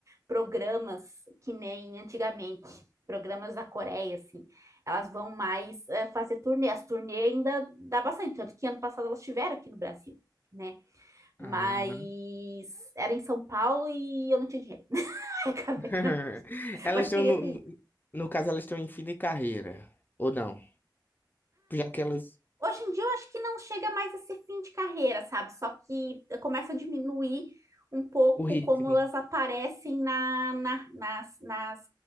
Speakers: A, on the right; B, on the left.
A: programas que nem antigamente, programas da Coreia, assim. Elas vão mais é, fazer turnê. As turnê ainda dá bastante, tanto que ano passado elas estiveram aqui no Brasil, né?
B: ah.
A: Mas era em São Paulo e eu não tinha dinheiro. <laughs> Acabei
B: <laughs>
A: não,
B: Elas
A: mas
B: estão
A: queria
B: no.
A: ter
B: No
A: ido.
B: no caso, elas estão em fim de carreira. Ou não? Já que elas.
A: Hoje em dia eu acho que não chega mais a ser fim de carreira, sabe? Só que começa a diminuir um pouco
B: O ritmo.
A: como elas aparecem na, na, nas, nas,